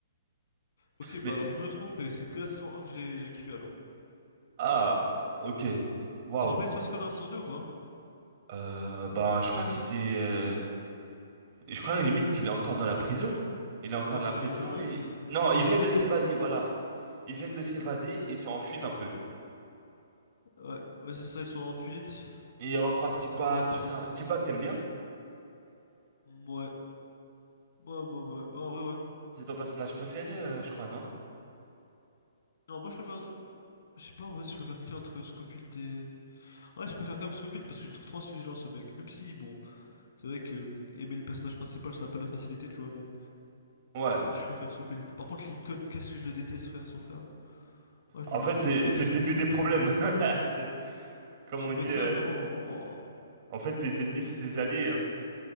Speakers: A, on the left (about 55°); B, on the right (about 40°).
A: Ok, bah
B: Mais,
A: alors je me trompe et c'est que la saison un que j'ai j'ai kiffé alors.
B: ah, ok. Waouh.
A: Je te rappelle, il se passe quoi dans la saison deux ou pas?
B: Euh, ben, je crois qu'il est. euh, Je crois limite qu'il est encore dans la prison. Il est encore
A: Non,
B: dans la prison
A: non, non, non,
B: et.
A: non, non,
B: Non,
A: non.
B: ils
A: non.
B: viennent de s'évader, voilà. Ils viennent de s'évader, ils sont en fuite un peu.
A: Ouais, ouais, c'est ça, ils sont en fuite.
B: Et ils recroisent T-Bag,
A: Non, c'était
B: tout ça.
A: mid.
B: T-Bag, t'aimes bien?
A: Ouais. Ouais, ouais, ouais, ouais, en vrai, ouais.
B: C'est ton personnage préféré, euh, je crois, non?
A: Non, moi je préfère. Je sais pas en vrai si je préfère qui entre Scofield et. Ouais, je préfère quand même Scofield parce que je le trouve trop intelligent ce mec. Même si, bon, C'est vrai que aimer le personnage principal, c'est un peu la facilité, tu vois, mais
B: Ouais.
A: je préfère sauver Par contre, Lincoln, qu'est-ce que je le déteste, frère, son frère, là. Ah,
B: En
A: je, le-
B: fait, c'est
A: je l'aime pas
B: c'est
A: du
B: le
A: tout.
B: début des problèmes. <laughs> C'est- Comme
A: Ce
B: on
A: mec-là,
B: dit, euh,
A: vraiment, wow.
B: en fait, tes ennemis, c'est tes alliés. hein.